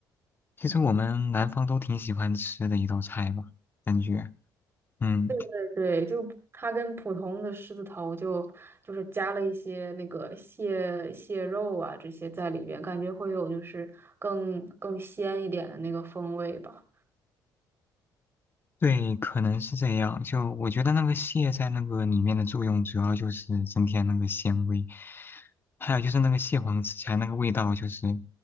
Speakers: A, on the left; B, on the right.
A: 其实我们南方都挺喜欢吃的一道菜吧，感觉，嗯，
B: 对对，就它跟普通的狮子头就就是加了一些那个蟹蟹肉啊这些在里边，感觉会有就是更更鲜一点的那个风味吧。
A: 对，可能是这样。就我觉得那个蟹在那个里面的作用，主要就是增添那个鲜味，还有就是那个蟹黄吃起来那个味道，就是